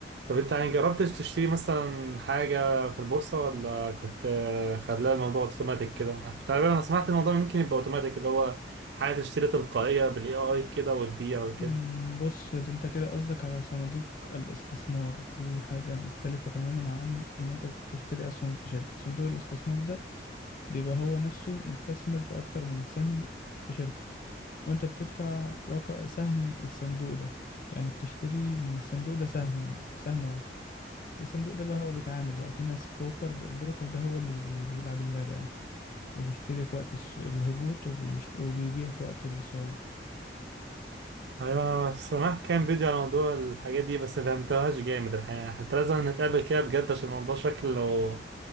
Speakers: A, on the right (about 80°); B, on the left (about 50°).
A: طب انت يعني جربتش تشتري مثلا حاجة في البورصة ولا كنت آه، خلاها الموضوع اوتوماتيك كده تقريبا انا سمعت الموضوع ممكن يبقى اوتوماتيك اللي هو حاجة تشتري تلقائية بالاي اي كده وتبيع وكده
B: مم، بص ده انت كده قصدك على صناديق الاستثمار دي حاجة مختلفة تماما عن ان انت تشتري اسهم في شركة صندوق الاستثمار ده بيبقى هو نفسه مستثمر في اكتر من سهم في شركة وانت بتدفع رقم سهم الصندوق ده يعني بتشتري من الصندوق ده سهم سهم واحد الصندوق ده بقى هو بيتعامل بقى في ناس بروكر البروكر ده هو اللي بي- بيلعب اللعبة يعني وبيشتري في وقت الس- الهبوط وبيشت... وبيبيع في وقت الصعود
A: ايوه انا سمعت كام فيديو على موضوع الحاجات دي بس ما فهمتهاش جامد الحقيقة حتى لازم نتقابل كده بجد عشان الموضوع شكله